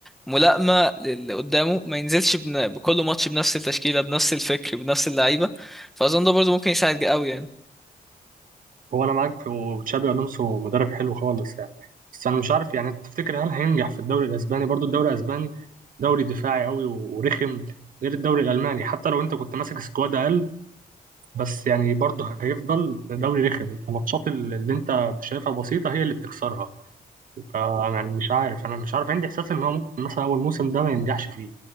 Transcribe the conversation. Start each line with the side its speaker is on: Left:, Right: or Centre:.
Centre: ملائمه للي قدامه ما ينزلش بن- بكل ماتش بنفس التشكيله بنفس الفكر بنفس اللعيبه فاظن ده برضه ممكن يساعد قوي يعني
Right: هو انا معاك في وتشابي الونسو مدرب حلو خالص يعني بس انا مش عارف يعني تفتكر هل هينجح في الدوري الاسباني برضو الدوري الاسباني دوري دفاعي قوي ورخم غير الدوري الالماني حتى لو انت كنت ماسك سكواد اقل بس يعني برضو هيفضل دوري رخم انت الماتشات اللي انت شايفها بسيطه هي اللي بتكسرها فانا مش عارف انا مش عارف عندي احساس ان هو ممكن مثلا اول موسم ده ما ينجحش فيه